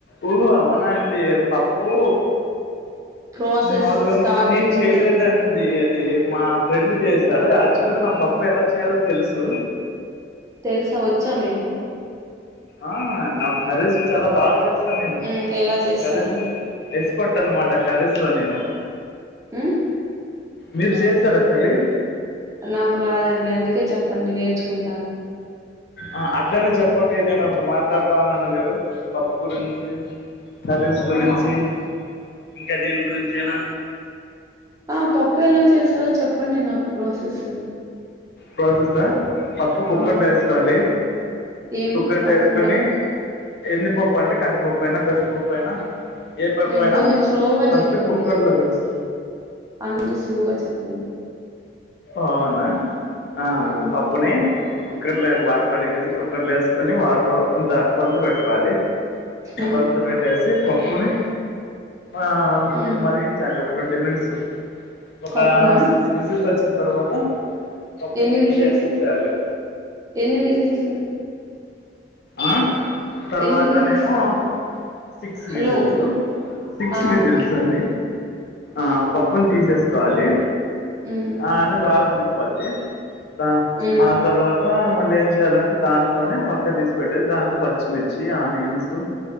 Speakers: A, on the left; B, on the right.
A: ఓ అవునా అండి పప్పు
B: ప్రాసెస్
A: మాములుగా
B: స్టార్టింగ్
A: మా నేను
B: నుంచి
A: చేయలేదండి అద్ ది మా ఫ్రెండ్ చేశాడు యాక్చువల్ గా నాకు పప్పు ఎలా చేయాలో తెలుసు
B: తెలుసా వచ్చా మీకు
A: ఆ నాకు కర్రీసు చాలా బాగా చేస్తాను నేను
B: మ్మ్ ఎలా చేస్తారు
A: కర్రీసు ఎస్పట్ అన్నమాట కర్రీస్లో నేను
B: మ్మ్
A: మీరు చేసార కర్రీ
B: నాకు రాదండి అందుకే చెప్పండి నేర్చుకుంటాను
A: ఆ అట్లనే చెప్పండి ఏదైనా ఒకటి మాట్లాడుతా ఉండండి మీరు పప్పు గురించి, కర్రీస్ గురించి ఇంకా దీని గురించి అయినా
B: ఆ పప్పు ఎలా చేసారో చెప్పండి నాకు ప్రాసెస్సు
A: ప్రాసెస్సా పప్పు కుక్కర్లో
B: మ్మ్
A: యేసుకోవాలి
B: ఏం
A: కుక్కర్లు
B: పప్పు
A: వేసుకొని
B: మ
A: ఎన్నిపప్పు అంటే కందిపప్పు అయినా పెసరపప్పు అయినా ఏ పప్పు
B: మ్మ్
A: అయినా
B: కొంచెం స్లోగా
A: ఫస్ట్
B: చెప్పండి
A: కుక్కర్ లో వేసు
B: అన్ని స్లోగా చెప్పండి
A: అవునా ఆ
B: హ్మ్
A: పప్పుని కుక్కర్లో బాగా కడుగేసి కుక్కర్ లో యేసు కొని వాటర్ ఇంత కొలత పెట్టుకోవాలి
B: హ్మ్
A: కొలత పెట్టేసు పప్పుని ఆ
B: హ్మ్
A: మరిగించాలి ఒక ట్వంటీ మినిట్స్ ఒక
B: పప్పునా
A: సిక్స్ విజిల్స్ వచ్చిన తర్వాత పప్పుని
B: ఎన్ని
A: దించి
B: విజిల్సు
A: ఎగిసేయాలి
B: ఎన్ని విజిల్సు
A: ఆ తర్వాతనేమో
B: ఎన్ని విజిల్స్
A: సిక్స్
B: హలో
A: విజిల్స్ Six
B: ఆ!
A: విజిల్స్
B: okay.
A: అండి ఆ పప్పును తీసేసుకోవాలి
B: మ్మ్
A: అవన్ని బాగా ఉడికిపోద్ది దా
B: హ్మ్.
A: ఆ తర్వాత మళ్ళీ ఏం చేయాలంటే దాంట్లోనే పక్క తీసుకు పెట్టేసి దాంట్లో పచ్చిమిర్చి ఆనియన్స్